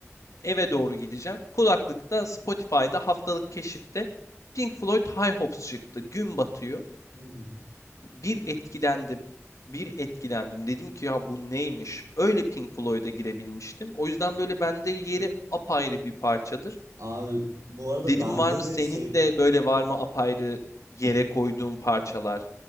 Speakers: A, on the left; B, on the right.
A: Eve doğru gideceğim. Kulaklıkta Spotify'da haftalık keşifte Pink Floyd High Hopes çıktı. Gün batıyor.
B: Mhm.
A: Bir etkilendim. Bir etkilendim. Dedim ki ya bu neymiş? Öyle Pink Floyd'a girebilmiştim. O yüzden böyle bende yeri apayrı bir parçadır.
B: Abi bu arada
A: Dedim
B: bende
A: var mı
B: de
A: senin
B: şey
A: de böyle var mı apayrı yere koyduğun parçalar?